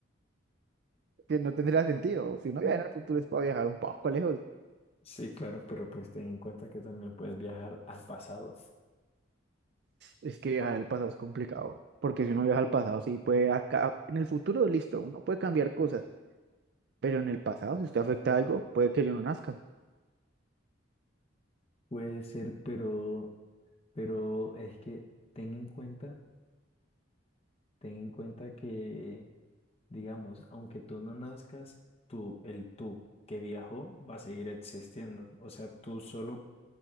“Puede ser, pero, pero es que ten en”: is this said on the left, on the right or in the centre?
Left